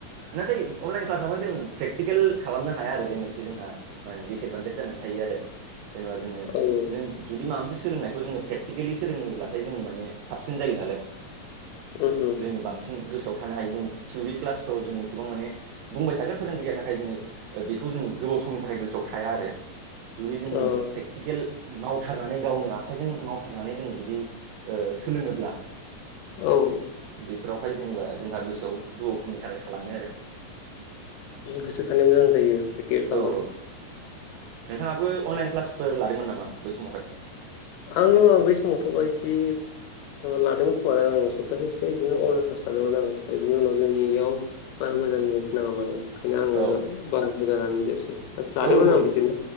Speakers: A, on the right (about 80°); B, on the left (about 80°).
A: नाथाय अनलाइन क्लासावहाय जों प्रेकटिकेल खालामनो हाया आरो बे मोनसे जोंहा माने दिसएदभान्टेज जानानै थायो रो जेनेबा
B: औ
A: जोङो सोलोंनायखौ जोङो प्रेकटिकेलि सोलोङोब्लाथाय जोङो माने साबसिन जायो नालाय
B: उम
A: जोङो बांसिन गोसोआव थानो हायो जों थियरि क्लासफोराव जों ए गोबां माने बुंबाय थागोन फोरोंगिरिया नाथाय जोङो बेखौ जोो गोबाव समनि थाखाय गोसोआव थाया आरो जुदि जोङो
B: औ
A: प्रेकटिकेल माव थारनानै गावनो आखाइजों मावथारनानै जों जुदि सोलोङोब्ला
B: औ
A: बेफोरावहाय जेनेबा जोंहा गोसोआव गोबाव समनि थाखाय थालाङो आरो
B: गोसो थानाया मोजां जायो प्रेकटियस खालामबाथाय
A: औ औ नोंथाङाबो अनलाइन क्लासफोर लादोंमोन नामा बै समावहाय
B: आङो बै समावथ' बायदि लादोंमोन खोमारा आं सप्तासेसो बिदिनो अनलाइन क्लास आगोलाव नाङोमोन ओमफाय बिनि उनाव जोंनि इयाव बारा मोजां नाङा माने ओंखायनो आङो
A: औ
B: बारा मोजां लानो जायासै नाथाय लादोंमोन
A: औ औ
B: आं बिदिनो